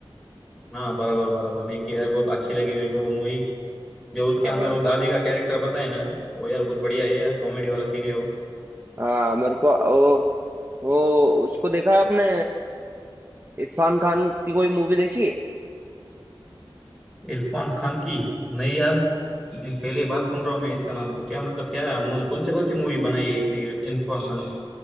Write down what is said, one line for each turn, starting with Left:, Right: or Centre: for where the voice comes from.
Centre: हाँ बराबर बराबर देखी यार बहुत अच्छी लगी मेरे को वो मूवी जो उसके
Right: हाँ
Centre: अंदर
Right: भाई
Centre: वो दादी का कैरेक्टर बताए ना वो यार बहुत बढ़िया है यार कॉमेडी वाला सीन है वो
Right: हाँ मेरे को ओ, ओ उसको देखा है आपने इरफान खान की कोई मूवी देखी है
Centre: इरफान खान की नहीं यार मैं पहली बार सुन रहा हूँ मैं इसका नाम तो क्या मतलब क्या है कौन से कौन से मूवी बनाई है इसने इरफान खान ने